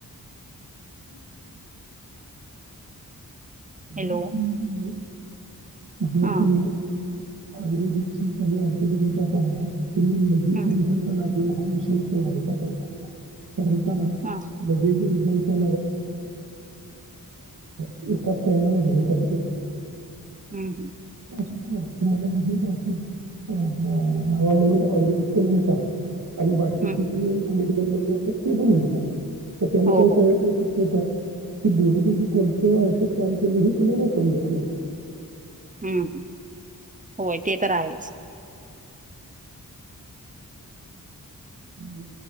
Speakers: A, on the right; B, on the right.
A: <unintelligible> <unintelligible>
B: हॅलो
A: <unintelligible> आयुर्वेदिकची
B: हा
A: काही औषधे घेत अ तुम्ही लगेच
B: हम्म
A: रिझल्ट लागे विशेष करता
B: हा
A: लगेच रिझल्ट ष <unintelligible> फस्ट टाईम घेऊन चालू केलो
B: हम्म हम्म
A: नाही तुम्हाला म्ह का की गावा म्हणून आवडी विकून घेतात आणि बाकीची
B: हम्म
A: जी मेडिकल ते बोल तर त्यांनी
B: हो,
A: काही
B: हो.
A: डेली डीच कोणत औषध. काम केले ह तुला समजत नाही.
B: हम्म ह होय ते तर आहेच.
A: ह